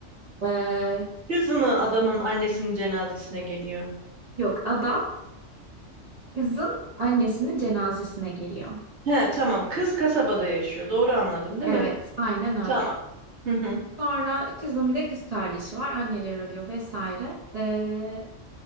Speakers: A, on the right (about 40°); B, on the right (about 60°).
A: E,
B: Kız mı
A: kız,
B: adamın annesinin cenazesine geliyor?
A: yok adam kızın annesinin cenazesine geliyor.
B: He tamam. Kız kasabada yaşıyor. Doğru anladım değil
A: Evet,
B: mi?
A: aynen öyle.
B: Tamam. Hı hı.
A: Sonra kızın bir de kız kardeşi var. Anneler ölüyor vesaire. Ee,